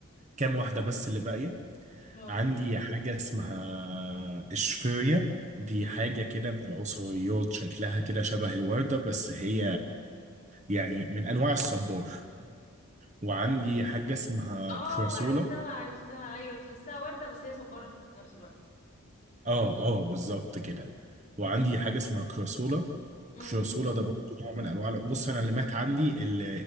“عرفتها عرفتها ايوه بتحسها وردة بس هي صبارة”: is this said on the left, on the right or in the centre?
Left